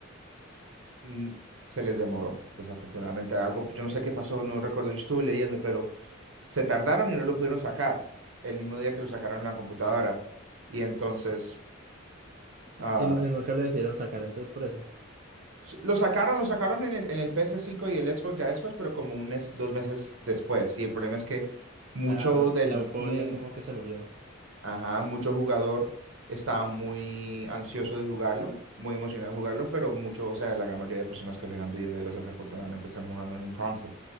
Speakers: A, on the right (about 70°); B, on the right (about 40°).
A: n- se les demoró, desafortunadamente. Algo, yo no sé qué pasó, no recuerdo, yo estuve leyendo, pero Se tardaron y no lo pudieron sacar el mismo día que lo sacaron en la computadora. Y entonces,
B: Y,
A: ah,
B: n- y nunca lo decidieron sacar, entonces por eso.
A: lo sacaron, lo sacaron en el, en el ps cinco y el Xbox ya después, pero como un mes, dos meses después. Y el problema es que mucho
B: Claro,
A: del,
B: la euforia
A: mu-
B: como que se murió.
A: ajá, mucho jugador estaba muy ansioso de jugarlo, muy emocionado de jugarlo, pero mucho, o sea, la gran mayoría de personas que juegan videojuegos desafortunadamente están jugando en un console.